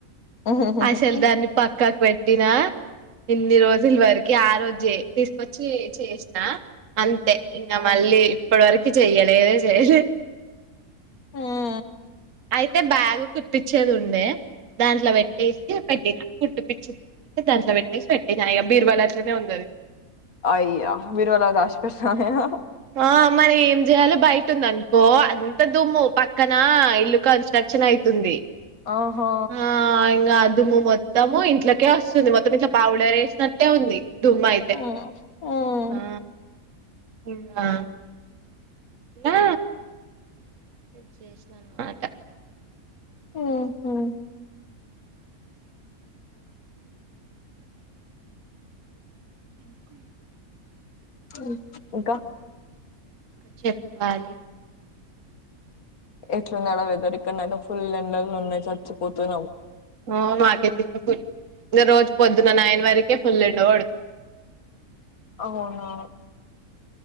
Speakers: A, on the left; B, on the right.
A: హ్మ్.
B: అసలు దాన్ని పక్కకు పెట్టినా ఇన్నిరోజుల వరకి ఆ రోజే తీసుకొచ్చి చేసిన అంతే ఇంగ మళ్ళీ ఇప్పుడు వరకి చెయ్యలేదే చేశి
A: హ్మ్.
B: అయితే బ్యాగు్ కుట్తిచ్చేది ఉండే దాంట్లో వెట్ ే పెట్టి కుట్టి పిచ్చిన దాంట్లో పెట్టేసి పెట్టినా ఇగ బీర్వల అట్లనే ఉంది అది
A: అయియా బిరువాల దాష్ పె <unintelligible>
B: ఆ మరి ఏం చేయయాలోి బయట ఉంది అనుకో అంత దుమ్ము పక్కన ఇల్లు కన్స్ట్రక్షన్ అయితుంది
A: ఆహా!
B: ఆ ఇంగ అది దుమ్ము మొత్తము ఇంట్లకే వస్తుంది. మొత్తం ఇంట్లా పౌడర్ వేసినట్టే ఉంది. దుమ్ అయితే
A: హ్మ్. హ్మ్.
B: ఆ ఊ ఆ నా ది చేసిన అన మాట
A: హ్మ్ హ్మ్
B: ఎందుకు
A: ఊ ఇంకా
B: చెప్పాలి
A: ఎట్లుంది ఆడ వెధర్ ఇక్కడ నాలభై ఫుల్ ఎండల్లు ఉన్నాయి చచ్చిపోతున్నాం
B: ఊ మాకె <unintelligible> ఫు రోజు పొద్దున నైన్ వరకే ఫుల్ ఎండ పడుతుంది
A: అవునా